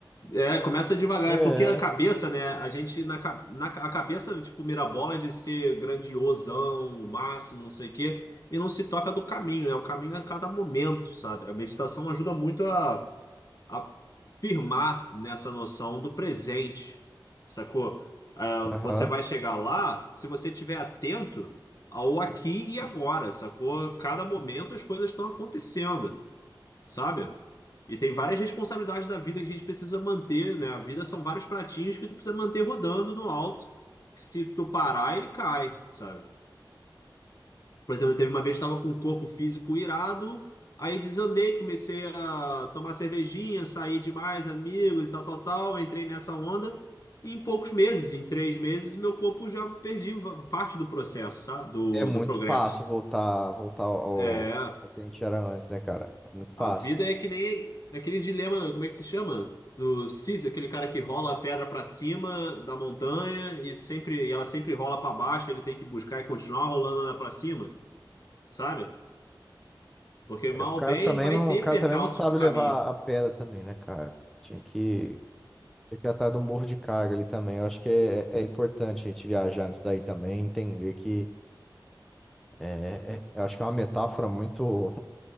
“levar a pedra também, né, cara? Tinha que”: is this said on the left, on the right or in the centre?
Centre